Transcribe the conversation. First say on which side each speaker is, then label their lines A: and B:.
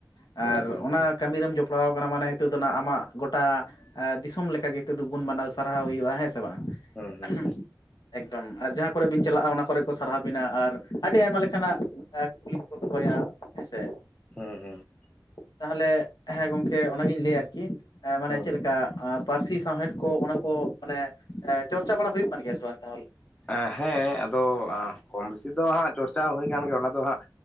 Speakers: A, on the left (about 65°); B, on the left (about 15°).
A: ᱟᱨ
B: ᱦᱳᱭ ᱦᱳᱭ
A: ᱚᱱᱟ ᱠᱟᱹᱢᱤ ᱨᱮᱢ ᱡᱚᱯᱲᱟᱣ ᱠᱟᱱᱟ ᱢᱟᱱᱮ ᱦᱤᱛᱳᱜ ᱫᱚ ᱱᱷᱟᱸᱜ ᱟᱢᱟᱜ ᱜᱚᱴᱟ ᱟᱨ ᱫᱤᱥᱚᱢ ᱞᱮᱠᱟᱜᱮ ᱦᱤᱛᱚᱜ ᱫᱚ ᱜᱩᱱ ᱢᱟᱱᱟᱣ ᱥᱟᱨᱦᱟᱣ ᱦᱩᱭᱩᱜᱼᱟ, ᱦᱮᱸ ᱥᱮ ᱵᱟᱝ?
B: ᱦᱮᱸ ᱦᱮᱸ
A: <unintelligible>
B: ᱦᱮᱸ
A: ᱮᱠᱫᱚᱢ ᱟᱨ ᱡᱟᱦᱟᱸ ᱠᱚᱨᱮ ᱵᱤᱱ ᱪᱟᱞᱟᱜᱼᱟ, ᱚᱱᱟ ᱠᱚᱨᱮ ᱠᱚ ᱥᱟᱨᱦᱟᱣ ᱵᱤᱱᱟ ᱟᱨ ᱟᱹᱰᱤ ᱟᱭᱢᱟ ᱞᱮᱠᱟᱱᱟᱜ ᱮᱸ ᱠᱩᱠᱞᱤ ᱠᱚᱠᱚ ᱫᱚᱦᱚᱭᱟ, ᱦᱮᱸ ᱥᱮ᱾
B: ᱦᱩᱸ ᱦᱩᱸ᱾
A: ᱛᱟᱦᱮᱞᱮᱜ ᱦᱮᱸ ᱜᱚᱝᱠᱮ ᱚᱱᱟᱜᱤᱧ ᱞᱟᱹᱭᱼᱟ ᱟᱨᱠᱤ ᱮᱸ ᱢᱟᱱᱮ
B: ᱦᱮᱸ
A: ᱪᱮᱫ ᱞᱮᱠᱟ ᱯᱟᱹᱨᱥᱤ ᱥᱟᱶᱦᱮᱫ ᱠᱚ ᱚᱱᱟ ᱠᱚ ᱢᱟᱱᱮ ᱮᱸ ᱪᱚᱨᱪᱟ ᱵᱟᱲᱟ ᱦᱩᱭᱩᱜ ᱠᱟᱱ ᱜᱮᱭᱟ ᱥᱮ ᱵᱟᱝ ᱛᱟᱦᱚᱞᱮ?
B: ᱮᱸ ᱦᱮᱸ ᱟᱫᱚ ᱟᱸ ᱠᱚᱢ ᱵᱮᱥᱤ ᱫᱚ ᱦᱟᱸᱜ ᱪᱚᱨᱪᱟ ᱦᱩᱭ ᱠᱟᱱ ᱜᱮ, ᱚᱱᱟ ᱫᱚ ᱦᱟᱸᱜ